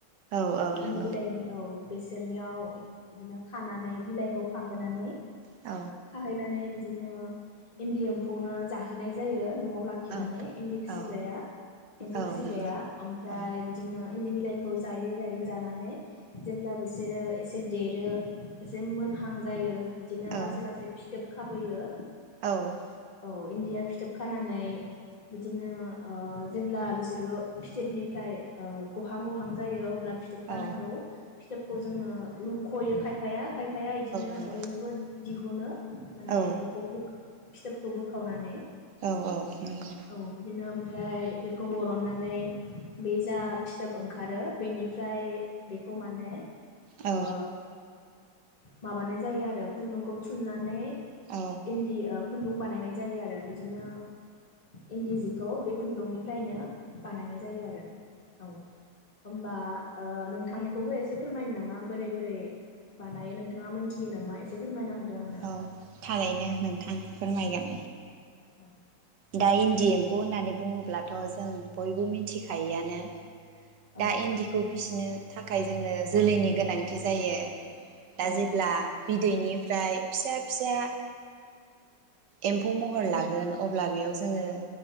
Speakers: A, on the right; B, on the left.
A: औ औ नंगौ
B: इन्दि बिलाइनि औ बेसोरनियाव बिदिनो खानानै बिलाइखौ खाहोनानै
A: औ
B: खाहैनानै बिदिनो इन्दि एम्फौनो जाहोनाय जायो न'आव लाखिनानै
A: औ
B: इन्दि फिसिग्राया
A: औ
B: एम्फौ
A: औ
B: फिसिग्राया
A: नंगौ
B: ओमफ्राय
A: औ
B: बिदिनो इन्दि बिलाइखौ जायै जायै जानानै जेब्ला बिसोरो एसे देरो एसे मोनहां जायो बिदिनो
A: औ
B: लासै लासै जोबखा होयो
A: औ
B: इन्दिया फिथोब खानानै बिदिनो जेब्ला बिसोरो फिथोबनिफ्राय गहां गहां जायो अब्ला फिथोब
A: औ
B: खानायखौ फिथोबखौ जोङो रुख'यो खायफाया खायफाया इदिनो
A: नंगौ औ नंगौ
B: ओरैनोबो दिहुनो माने
A: औ
B: एम्फौखौबो फिथोबखौ बोखावनानै
A: औ औ नंगौ
B: औ बिदिनो ओमफ्राय बेखौ बरननानै बे जा फिथोब ओंखार ओंखारो बेनिफ्राय बेखौ माने
A: औ
B: ओ माबानाय जायो आरो खुन्दुंखौ थुननानै
A: औ
B: इन्दि ओ खुन्दुं बानाय नाय जायो आरो बिदिनो इन्दि जिखौ बे खुन्दुंनिफ्रायनो बानायनाय जायो आरो औ होनबा ओ नों नोंथांनिखौबो एसे फोरमायनो नामा बोरै बोरै बानायो नोंथाङा मोनथियो नामा एसे फोरमाय दो आंनो।
A: औ थारैनो नोंथां फोरमायगोन।
B: औ।
A: दा इन्दि एम म्फौ होननानै बुङोब्लाथ' जों बयबो मिथिखायोआनो।
B: औ
A: दा इन्दिखौ फिसिनो थाखाय जोंनो जोलैनि गोनांथि जायो। दा
B: औ
A: जेब्ला बिदैनि ओमफ्राय फिसा फिसा एम्फौ महर लागोन अ अब्ला बेयाव जोङो
B: औ